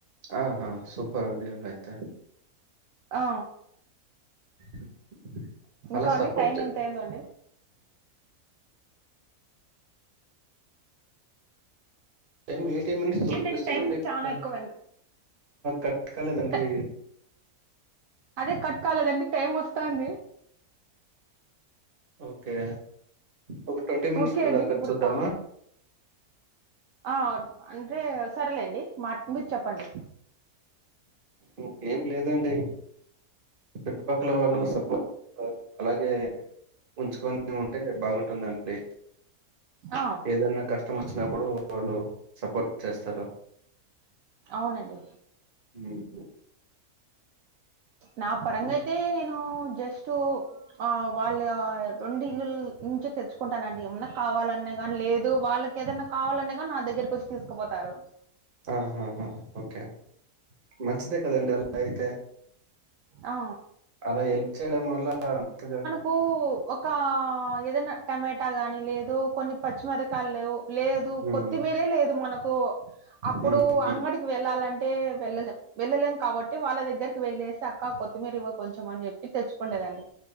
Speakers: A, on the right; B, on the right.
A: ఆహా సూపర్ <unintelligible> అయితే
B: ఆ
A: <inaudible>
B: ఇంకాండి
A: అలా సపోర్ట్
B: టైమ్ ఎంత అయిందో అండీ
A: టైం ఎయిటీన్ మినిట్స్ చూపిస్తుందండి
B: ఏంటంటే టైం చానా
A: <unintelligible>
B: ఎక్కువైంది.
A: కట్ కాలేదండి
B: ట అదే కట్ కాలేదండి టైం ఒస్తాంది
A: ఒకే ఒక ట్వంటీ మినిట్స్
B: ఓకే అండి.
A: దాక
B: ఇప్పుడు
A: చూద్దామ
B: పా ఆ అంటే సరేలేండి మాట్ మీరు చెప్పండి
A: ఇంకేం లేదండి చుట్టుపక్కల వాళ్ళు
B: ఆ!
A: సపో అలాగే ఉంచుకొని ఉంటే బాగుంటుందండి
B: ఆ!
A: ఏదైన కష్టం వచ్చినప్పుడు వాళ్ళు సపోర్ట్ చేస్తారు
B: అవునండి
A: ఉమ్
B: నా పరంగయితే
A: హ్మ్.
B: నేనూ జస్టూ ఆ వాళ్ళ రెండు ఇల్లుల్ నుంచే తెచ్చుకుంటానండి ఏమన్నా కావాలన్న గాని లేదు వాళ్ళకి ఏదన్న కావాలన్న గాని నాదగ్గరకొచ్చి తీసుకుపోతారు
A: ఆహాహ ఓకే మంచిదే కదండి అల అయితే
B: ఆ
A: అలా హెల్ప్ చేయడం వల్ల అంతగా
B: కు ఒక ఏదైనా టమాటా గానీ లేదు కొన్ని పచ్చిమిరకాయలేవు లే దు
A: హ్మ్.
B: కొత్తిమీరే లేదు మనకు అప్పుడు
A: హ్మ్. హ్మ్.
B: అంగడికి వెళ్ళాలంటే వెళ్ళలేం వెళ్ళలేం కాబట్టి వాళ్ళ దగ్గరికి వెళ్లేేసి అక్క కొత్తిమీరు ఇవ్వ కొంచెం అని చెప్పి తెచ్చుకుండేదాన్ని